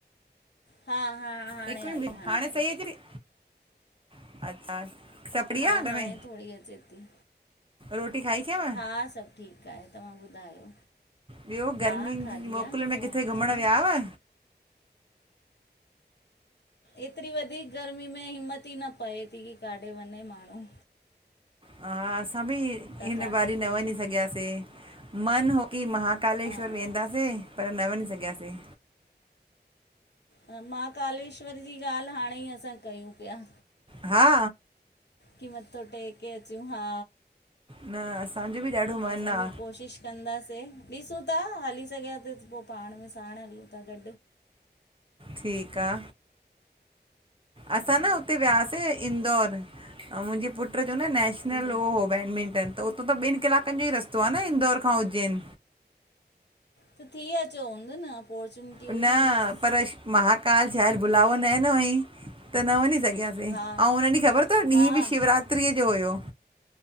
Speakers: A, on the left (about 75°); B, on the right (about 30°).
A: हा हा, हाणे
B: हिकु
A: आई,
B: मिंट बीहो।
A: हाणे आई।
B: सही अचे थी <unintelligible>
A: हा,
B: आहे घर
A: हाणे
B: में
A: थोड़ी अचे ती।
B: रोटी खाई ख्यंव?
A: हा, सभ ठीक आहे, तव्हां ॿुधायो?
B: ॿियो गर्मियुनि
A: हा, खाधी
B: जी मोकिल
A: आ,
B: में
A: तव्हां
B: किथे
A: ॿुधायो?
B: घुमण विया हुआ?
A: एतरी वधीक गर्मी में, हिम्मत ई न पए ती की काॾे वञे माण्हूं।
B: हा, असां बि हिन
A: किथे
B: बारी
A: बि
B: न वञी सघयासे। मन हो की महाकालेश्वर
A: हा
B: वेंदासे, पर न वञी सघियासे।
A: महाकालेश्वर जी ॻाल्ह हाणे ई असां कयूं प्या।
B: हा
A: की मथो टेके अचूं, हा।
B: न असांजो बि ॾाढो मन
A: असां
B: आ,
A: बि कोशिश कंदासे, ॾिसूं ता, हली सघियासे त पो पाण में साण हलूं ता, गॾ।
B: ठीक आ, असां
A: हा
B: न हुते वियासे। इंदौर, औं मुंजे पुट्र जो न नैशनल
A: ईंदो
B: ओ हो बैडमिंटन, त उतों त ॿिन कलाकन जो ई रस्तो आ न, इंदौर खां उज्जैन।
A: त थी अचो हूंदो न, अपॉर्चुनिटी
B: न
A: हुई, मिस
B: पर महाकाल शायद बुलावो न ॾिनो हुअईं, त न वञी सघयास। अरे!
A: हा
B: औं उन ॾींह ख़बर तव, ॾींंह
A: हा
B: बि शिवरात्रीअ जो हुयो।